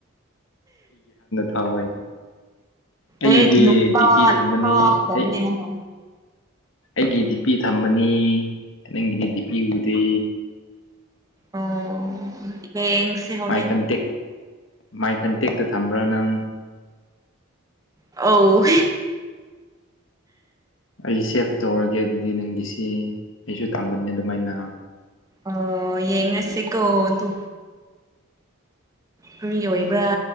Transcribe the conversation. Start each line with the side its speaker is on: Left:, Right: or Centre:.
Left: ꯍ ꯍꯣꯏ ꯑꯩꯒꯤꯗꯤ
Right: ꯍꯦ ꯅꯨꯄꯥ
Left: ꯗꯤ ꯄꯤ ꯊꯝꯃꯅꯤ
Right: ꯅꯨꯄꯥꯗꯧꯅꯦ
Left: ꯑꯩ
Right: ꯍꯥꯏꯅ꯫
Left: ꯑꯩꯒꯤ ꯗꯤꯄꯤ ꯊꯝꯃꯅꯤ ꯅꯪꯒꯤꯗꯤ ꯗꯤꯄꯤ ꯎꯗꯦ
Right: ꯑꯣ ꯌꯦꯡꯡꯁꯤ ꯍꯣꯔꯦꯟ
Left: ꯃꯥꯏ ꯀꯟꯇꯦꯛ ꯃꯥꯏ ꯀꯟꯇꯦꯛꯇꯨ ꯊꯝꯕ꯭ꯔꯥ ꯅꯪ
Right: ꯑ
Left: ꯑꯩ ꯁꯦꯞ ꯇꯧꯔꯒꯦ ꯑꯗꯨꯗꯤ ꯅꯪꯒꯤꯁꯤ ꯑꯩꯁꯨ ꯊꯝꯕꯅꯦ ꯑꯗꯨꯃꯥꯏꯅ
Right: ꯑ ꯌꯦꯡꯉꯁꯤꯦ ꯀꯣ ꯇꯨ ꯅꯪ ꯌꯕ꯭ꯔꯥ